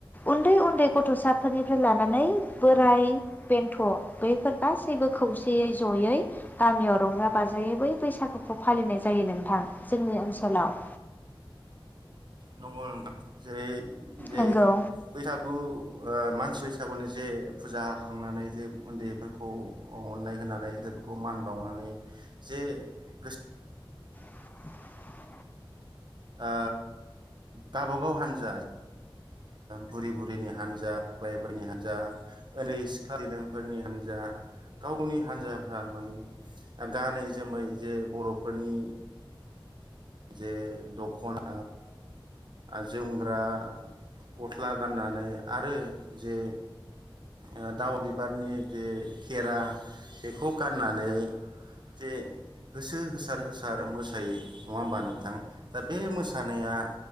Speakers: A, on the left (about 20°); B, on the right (about 55°).
A: उन्दै उन्दै गथ'साफोरनिफ्राय लानानै बोराय बेन्थ' बैफोर गासैबो खौसेयै जयै गामियाव रंजा बाजायै बै बैसागुखौ फालिनाय जायो नोंथां जोंनि ओनसोलाव।
B: नंगौ नोंथां जेरै जे
A: नंगौ
B: बैसागु ओ मानस बैसा दा बावैनो जे फुजा होखांनानै जे उन्दैफोरखौ अननाय होनानै गिदिरफोरखौ मान बावनानै जे गोसो -
A: <inaudible>
B: आ गावबागाव हान्जा बुरै बुरै नि हान्जा बोराय बोरायनि हान्जा उन्दै सिख्ला दैलोंफोरनि हान्जा गाव गावनि हान्जाफ्रा माने गानै जोमै जे बर'फोरनि जे दख'ना आ जोमग्रा गस्ला गाननानै आरो जे ओ दाउ बिबारनि जे खेरा बेखौ गाननानै जे गोसो होसार होसार मोसायो नङा होनबा नोंथां दा बे मोसानाया